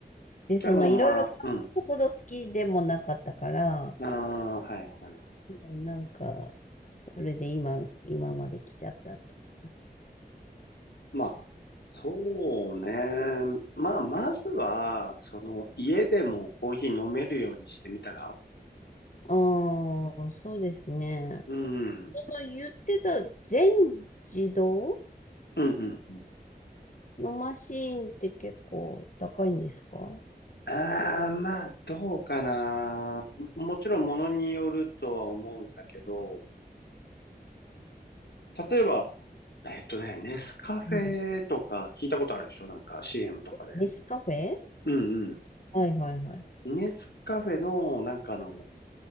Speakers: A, on the left (about 50°); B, on the left (about 90°).
A: で、そのいろいろ食べほど好きでもなかったから、
B: でもまあ、うん。ああ、はい、はい。
A: もうなんか、それで今、今まで来ちゃったって感じ。
B: まあ、そうね。まあ、まずは、その、家でもコーヒー飲めるようにしてみたら
A: ああ、そうですね。
B: うん。
A: その言ってた全自動
B: うんうんうん。
A: のマシーンって結構高いんですか
B: ああ、まあ、どうかな。もちろん、ものによるとは思うんだけど、例えば、えっとね、ネスカフェとか聞いたことあるでしょなんか
A: うん。ん
B: CM とかで。
A: ネスカフェ
B: うん
A: はいはいはい。
B: うん。ネスカフェの、なんかの、